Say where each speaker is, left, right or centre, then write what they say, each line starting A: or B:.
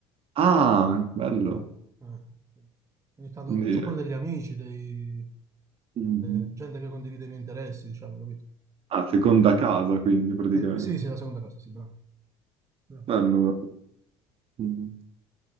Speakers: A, on the right; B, on the right.
A: Ah, bello.
B: Eh, ogni tanto
A: Quindi-
B: ho pure degli amici, dei,
A: Mhm.
B: eh, gente che condivide i miei interessi, diciamo, capito?
A: Ah, seconda casa quindi praticamente.
B: Eh, sì, sì, la seconda cosa, sì, bravo. Bravo.
A: Bello. bello. Mhm.